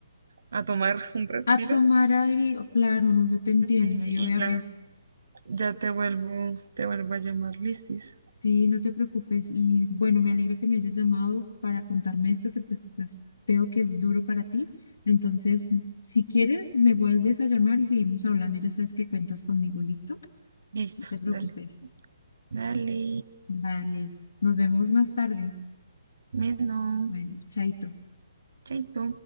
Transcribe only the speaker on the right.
a tomar un respiro.
Sí,
y
ya, ya te vuelvo, te vuelvo a llamar, listis.
Listo,
dale. Dale,
menos,
chaito.